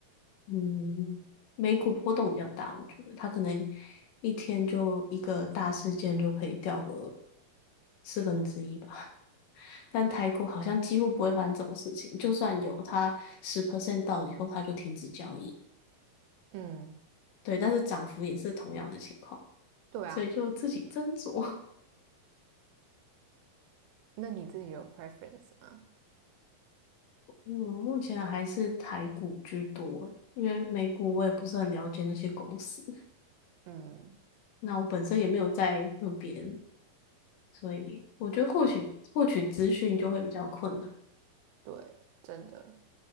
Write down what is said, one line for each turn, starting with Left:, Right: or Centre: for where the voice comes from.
Left: 嗯，美股波动比较大，我觉得它可能一天就一个大事件就可以掉个四分之一吧。<laughs> 但台股好像几乎不会发生这种事情，就算有，它十 percent 到了以后，它就停止交易。
Right: 嗯，
Left: 对，但是涨幅也是同样的情况，
Right: 对啊，
Left: 所以就自己斟酌。
Right: 那你自己有 preference 吗？
Left: <laughs> 嗯，目前还是台股居多，因为美股我也不是很了解那些公司。
Right: 嗯，
Left: 那我本身也没有在那边，所以我觉得获取获取资讯就会比较困难。
Right: 对，真的。